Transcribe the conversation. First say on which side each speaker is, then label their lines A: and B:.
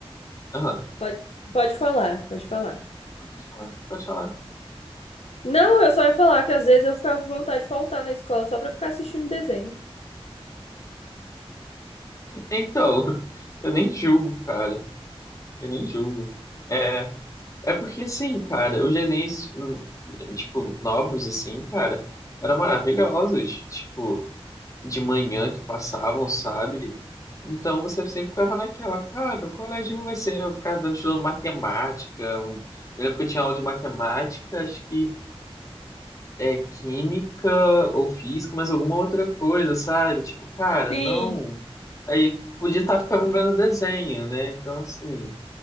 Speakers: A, on the left; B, on the left.
A: aham,
B: Pode, pode falar, pode falar.
A: Não, pode falar, pode falar.
B: Não, eu só ia falar que às vezes eu ficava com vontade de faltar na escola só pra ficar assistindo desenho.
A: Então, <laughs> eu nem julgo, cara, eu nem julgo. É, é porque, assim, cara, os desenhos, hum, tipo, novos, assim, cara, eram maravilhosos, tipo... de manhã que passavam, sabe? Então você sempre ficava naquela, cara, o colégio vai ser, eu ficava vendo estudando matemática. onde- Eu lembro que eu tinha aula de matemática, acho que é química ou física, mas alguma outra coisa, sabe? Tipo, cara,
B: Sim,
A: não. Aí podia estar ficando vendo desenho, né? Então, assim,